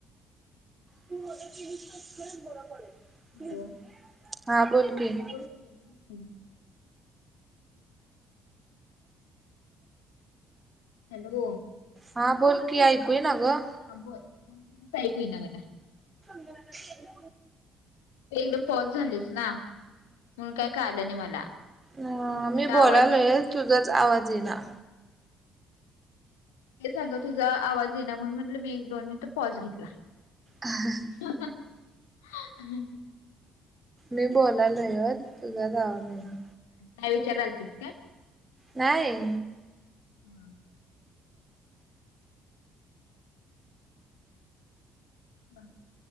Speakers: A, on the right (about 20°); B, on the left (about 70°).
A: <unintelligible>
B: हॅलो
A: हा बोल की <unintelligible>
B: हा बोल की बोल की हॅलो.
A: हा बोल की ऐकू ईना
B: बोल
A: ग.
B: हा बोल काहीच ऐकू येईना मला.
A: <unintelligible>
B: ते एकदम पॉज झालीस ना मग काय काडल नाही मला.
A: ह
B: म्हणलं
A: मी
B: आवाज
A: बोलालोय
B: येईना का?
A: च तुझाच आवाज ईना.
B: ते आग तुझा आवाज ये ना म्हणून म्हटलं मी एक दोन मिनिटं पॉझ घेतला.
A: ह हा.
B: <unintelligible>
A: मी बोलालोय च तुझाच आवज येइना.
B: काय विचारालतीत काय.
A: नाही.
B: हा. बन